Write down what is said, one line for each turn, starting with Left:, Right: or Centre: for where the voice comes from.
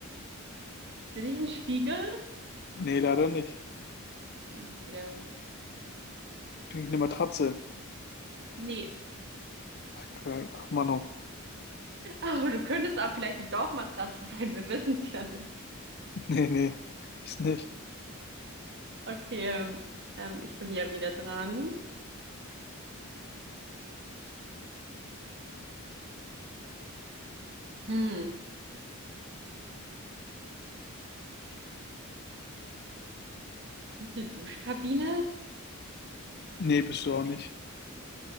Right: Bin ich ein Spiegel?
Left: Nee, leider nicht.
Right: Okay.
Left: Krieg ich eine Matratze.
Right: Nee.
Left: Klar, Ach, Mano.
Right: Oh, du könntest auch vielleicht die Dorfmatratze sein. Wir wissen es ja nicht.
Left: <laughs> Nee, nee. Ist nicht.
Right: Okay. Ähm, ähm, ich bin ja wieder dran. Hm. Bin ich eine Duschkabine?
Left: Nee, bist du auch nicht.